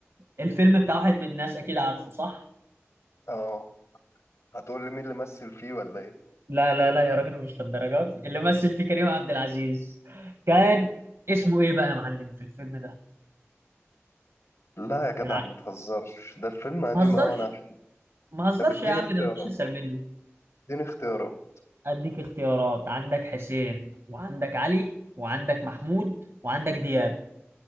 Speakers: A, on the right; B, on the left.
A: الفيلم بتاع واحد من الناس اكيد عارفه صح
B: اه هتقول لي مين اللي مثل فيه ولا ايه
A: لا لا لا يا راجل مش للدرجات دي. اللي مثل فيه كريم عبد العزيز كان اسمه ايه بقى يا معلم في الفيلم ده
B: لا يا جدع
A: كان ع-
B: ما تهزرش ده الفيلم قديم
A: ما هزرش
B: اوي انا عارف.
A: ما هزرش
B: طب اديني
A: يا عم
B: اختيارات
A: ده مفيش اسهل منه
B: اديني اختيارات
A: اديك اختيارات عندك حسين وعندك علي وعندك محمود وعندك دياب